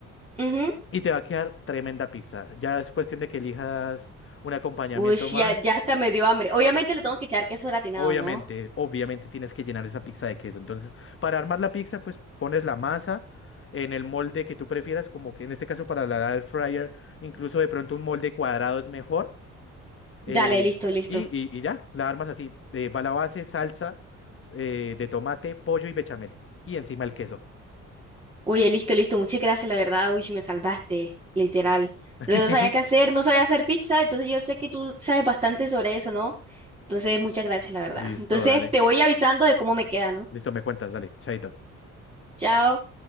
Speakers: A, on the right; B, on the left.
A: Ujú.
B: y te va a quedar tremenda pizza. Ya es cuestión de que elijas un acompañamiento
A: Uy,
B: más.
A: ya, ya hasta me dio hambre. Obviamente le tengo que echar queso gratinado,
B: Obviamente,
A: ¿no?
B: obviamente tienes que llenar esa pizza de queso. Entonces, para armar la pizza, pues pones la masa en el molde que tú prefieras, como que en este caso para la air fryer, incluso de pronto un molde cuadrado es mejor Eh,
A: Dale, listo, listo.
B: y, y- y ya, la armas así. eh, va la base, salsa eh, de tomate, pollo y bechamel. Y encima el queso.
A: Oye, listo, listo. Muchas gracias, la verdad. Uy, me salvaste, literal.
B: <laughs>
A: Porque no sabía qué hacer, no sabía hacer pizza, entonces yo sé que tú sabes bastante sobre eso, ¿no? Entonces, muchas gracias, la verdad.
B: Listo,
A: Entonces,
B: dale.
A: te voy avisando de cómo me queda, ¿no?
B: Listo, me cuentas, dale. Chaito.
A: Chao.